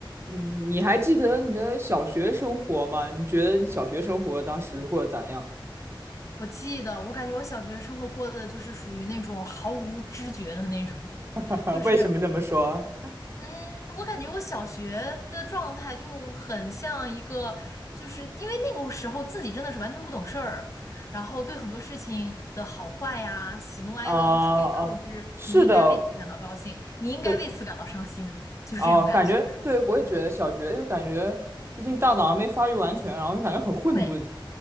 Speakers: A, on the right; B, on the left.
A: 嗯，你还记得你的小学生活吗？你觉得你小学生活当时过得咋样？
B: 我记得，我感觉我小学生活过的就是属于那种毫无知觉的那种，
A: <laughs>
B: <laughs> 就是，
A: 为什么这么说？
B: 嗯，我感觉我小学的状态就很像一个，就是因为那个时候自己真的是完全不懂事儿，然后对很多事情的好坏呀、喜怒哀乐都是被告知，
A: 哦哦，是的，
B: 你应该为此感到高兴，你应该为此感到伤心，
A: 对，
B: 就是这种感觉。
A: 哦，感觉对我也觉得小学就感觉，毕竟大脑还没发育完全，然后就感觉很混沌。
B: 对，